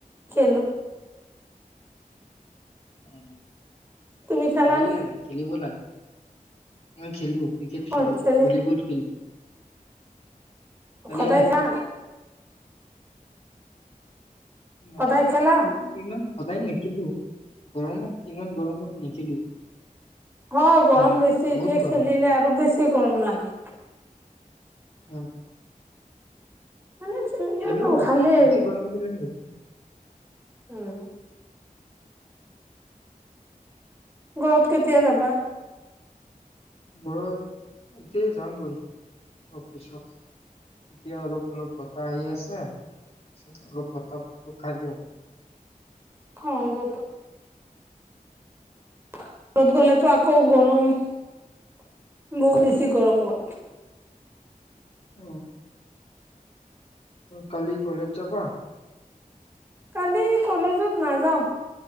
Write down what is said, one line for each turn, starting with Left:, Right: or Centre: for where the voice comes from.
Right: খেলো।
Left: উম!
Right: তুমি খেলানে
Left: ভালেই লাগে, খেলিব লাগে। মই খেলো, ক্ৰিকেট
Right: অ
Left: খেলো,
Right: খেলি
Left: ভলিবল খেলো। ভালেই
Right: সদায়
Left: লাগে।
Right: খায়।
Left: মাজে,
Right: সদায় খেলা
Left: ইমান সদায় নেকি? খেলো। গৰমত, ইমান গৰমত নেখেলো।
Right: হয়, গৰম
Left: মানে
Right: বেছি
Left: বহুত
Right: এতিয়া
Left: গৰম।
Right: খেলিলে আৰু বেছি গৰম লাগে।
Left: অ!
Right: এনে খেলিলেতো
Left: খেলো,
Right: ভালেই
Left: বেছি গৰম দিলে নেখেলো।
Right: উম! ঘৰত কেতিয়া যাবা?
Left: ঘৰত এতিয়াই যামগৈ অলপ পিছত। এতিয়া অলপ, অলপ বতাহ আহি আছে, পিছত অলপ বতাহটো খাই লও।
Right: হয়। ৰ'দত ঘৰত গ'লেতো আকৌ গৰম। বহুত
Left: উম,
Right: বেছি গৰম হোৱাত
Left: অ! কালি কলেজ যাবা?
Right: কালি কলেজত নাযাওঁ।